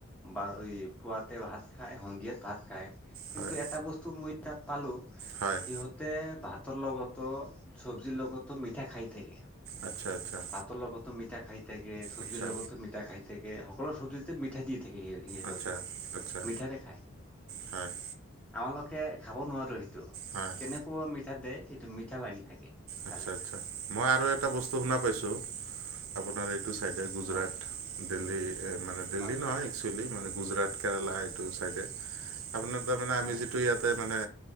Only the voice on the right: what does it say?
হয়,
হয়',
আচ্ছা', আচ্ছা',।
আচ্ছা,
আচ্ছা, আচ্ছা,
হয়,
হয়',
আচ্ছা আচ্ছা মই আৰু এটা বস্তু শুনা পাইছোঁ, আপোনাৰ এইটো চাইডে গুজৰাট।
দেহল্লী মানে দেহল্লী
নহয়
একচুৱেলি মানে, গুজৰাট কেৰেলা এইটো ছাইডে। আপোনাৰ তাৰমানে আমি
যিটো
ইয়াতে মানে,